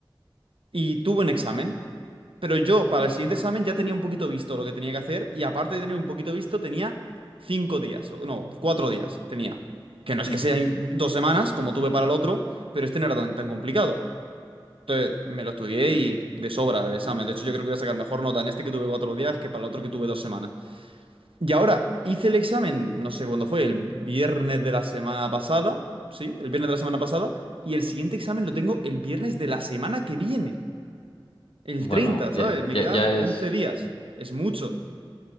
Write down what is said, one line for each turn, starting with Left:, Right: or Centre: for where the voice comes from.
Right: y tuve un examen, pero yo para el siguiente examen ya tenía un poquito visto lo que tenía que hacer y aparte de tener un poquito visto tenía cinco días, o no, cuatro días tenía. Que no es
Left: Mm.
Right: que sean dos semanas como tuve para el otro, pero este no era tan, tan complicado. Entonces me lo estudié y de sobra el examen. De hecho yo creo que voy a sacar mejor nota en este que tuve cuatro días que para el otro que tuve dos semanas. Y ahora, hice el examen, no sé cuándo fue, el viernes de la semana pasada, sí, el viernes de la semana pasada, y el siguiente examen lo tengo el viernes de la semana que viene, el
Left: Bueno,
Right: 30, ¿sabes?
Left: ya, ya,
Right: Me quedan
Left: ya es.
Right: 11 días, es mucho.